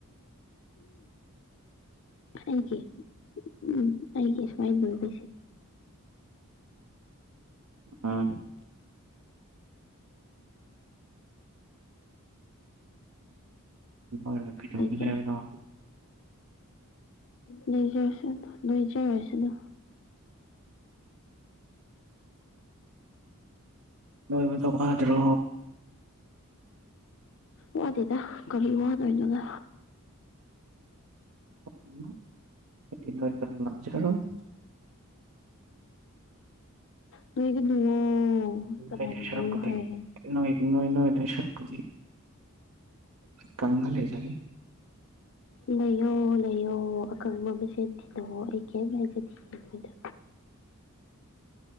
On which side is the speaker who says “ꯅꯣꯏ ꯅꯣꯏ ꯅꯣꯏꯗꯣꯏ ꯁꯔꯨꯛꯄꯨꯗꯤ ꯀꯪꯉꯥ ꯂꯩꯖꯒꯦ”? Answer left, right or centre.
Right